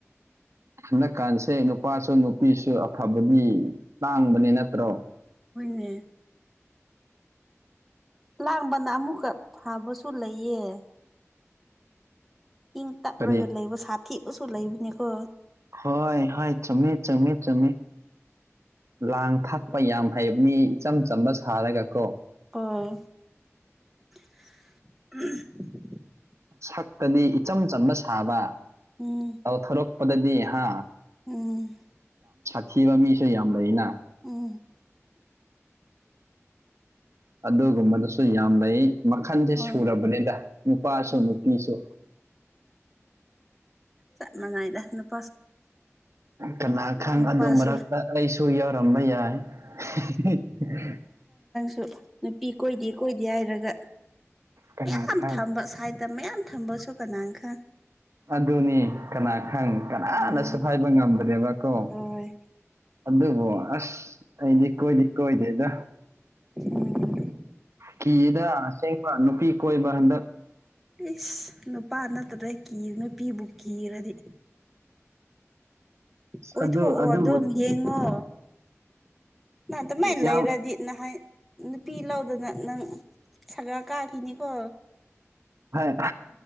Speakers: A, on the right; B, in the centre.
A: ꯍꯟꯗꯛꯀꯥꯟꯁꯦ ꯅꯨꯄꯥꯁꯨ ꯅꯨꯄꯤꯁꯨ ꯑꯐꯕꯗꯤ ꯇꯥꯡꯕꯅꯦ ꯅꯠꯇ꯭ꯔꯣ
B: ꯍꯃꯦ ꯂꯥꯡꯕꯅ ꯑꯃꯨꯛꯀ ꯊꯥꯕꯁꯨ ꯂꯩꯌꯦ ꯏꯪ ꯇꯞꯂꯒ
A: ꯀꯔꯤ
B: ꯂꯩꯕ ꯁꯥꯊꯤꯄꯁꯨ ꯂꯩꯕꯅꯦꯀꯣ
A: ꯍꯣꯏ ꯍꯣꯏ ꯆꯪꯉ ꯆꯪꯉ ꯆꯪꯉ ꯂꯥꯡ ꯊꯥꯛꯄ ꯌꯥꯝ ꯍꯩꯕ ꯃꯤ ꯏꯆꯝ ꯆꯝꯕ ꯁꯥꯔꯒ ꯀꯣ
B: ꯍꯣꯏ <inaudible>
A: ꯁꯛꯇꯗꯤ ꯏꯆꯝ ꯆꯝꯕ ꯁꯥꯕ
B: ꯎꯝ
A: ꯇꯧꯊꯣꯔꯛꯄꯗꯗꯤ ꯍꯥ
B: ꯎꯝ
A: ꯊꯤꯕ ꯃꯤꯁꯨ ꯌꯥꯝ ꯂꯩꯅ
B: ꯎꯝ
A: ꯑꯗꯨꯒꯨꯝꯕꯗꯨꯁꯨ ꯌꯥꯝ ꯂꯩ ꯃꯈꯟꯁꯦ
B: ꯍꯣꯏ
A: ꯁꯨꯔꯕꯅꯤꯗ ꯅꯨꯄꯥꯁꯨ
B: ꯎꯝ
A: ꯅꯨꯄꯤꯁꯨ
B: ꯆꯞ ꯃꯅꯥꯏꯗ ꯅꯨꯞ
A: ꯀꯅꯥ ꯈꯪ
B: ꯅꯨꯄꯥꯁꯨ
A: ꯑꯗꯨ ꯃꯔꯛꯇ ꯑꯩꯁꯨ ꯌꯥꯎꯔꯝꯕ ꯌꯥꯏ ꯑꯟꯑꯣꯗꯤꯕꯜ
B: ꯁꯨ ꯅꯨꯄꯤ ꯀꯣꯏꯗꯦ ꯀꯣꯏꯗꯦ ꯍꯥꯏꯔꯒ
A: ꯀꯅꯥ
B: ꯃꯌꯥꯝ
A: ꯈꯪ
B: ꯊꯝꯕ ꯁꯥꯏꯠꯇ ꯃꯌꯥꯝ ꯊꯝꯕꯁꯨ ꯀꯅꯥꯅ ꯈꯪ
A: ꯑꯗꯨꯅꯤ ꯀꯅꯥ ꯈꯪ ꯀꯅꯥꯅ
B: ꯎꯝ
A: ꯁꯨ ꯍꯥꯏꯕ ꯉꯝꯗ꯭ꯔꯦꯕ ꯀꯣ
B: ꯍꯣꯏ
A: ꯑꯗꯨꯕꯣ ꯑꯁ ꯑꯩꯗꯤ ꯀꯣꯏꯗꯤ ꯀꯣꯏ ꯗꯦꯗ
B: ꯎꯝ
A: ꯀꯤꯗ ꯑꯁꯦꯡꯕ ꯅꯨꯄꯤ ꯀꯣꯏꯕ ꯍꯟꯗꯛ
B: ꯏꯁ ꯅꯨꯄꯥ ꯅꯠꯇꯔꯦ ꯀꯤ ꯅꯨꯄꯤꯕꯨ ꯀꯤꯔꯗꯤ
A: ꯑꯁ
B: ꯀꯣꯏꯊꯣꯛꯑꯣ
A: ꯑꯗꯨ ꯑꯗꯨꯕꯨ
B: ꯑꯗꯨꯝ ꯌꯦꯡꯉꯣ ꯗꯨꯃꯥꯏꯅ
A: ꯌꯥꯝ
B: ꯂꯩꯔꯗꯤ ꯅꯍꯥꯟ ꯅꯨꯄꯤ ꯂꯧꯗꯅ ꯅꯪ ꯁꯒ ꯀꯥꯈꯤꯅꯤꯀꯣ
A: ꯍꯥꯏ